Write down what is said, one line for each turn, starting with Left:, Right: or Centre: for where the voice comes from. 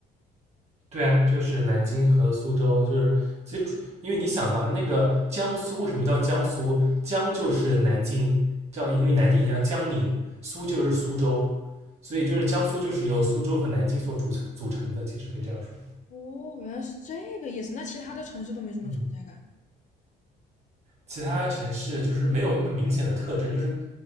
Right: 对啊，就是南京和苏州，就是其实主，因为你想嘛，那个江苏为什么叫江苏？江就是南京，叫因为南京以前叫江宁，苏就是苏州，所以就是江苏就是由苏州和南京所组成组成的，其实可以这样说。
Left: 哦，原来是这个意思。那其他的城市都没什么存在感。
Right: 嗯，其他城市就是没有那么明显的特征，就是